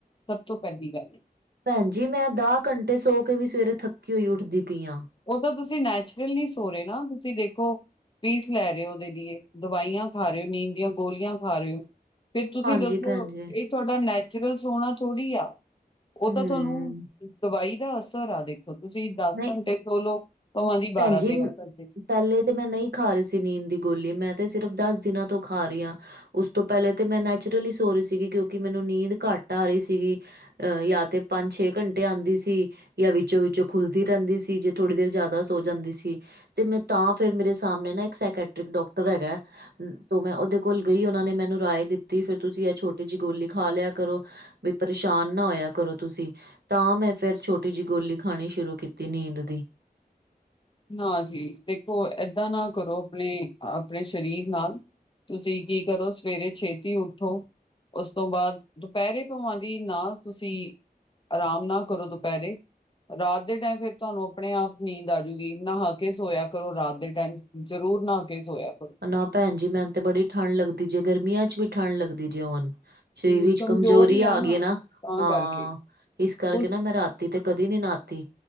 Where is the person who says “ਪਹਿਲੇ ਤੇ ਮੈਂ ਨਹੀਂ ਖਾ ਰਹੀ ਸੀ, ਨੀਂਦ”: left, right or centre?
Right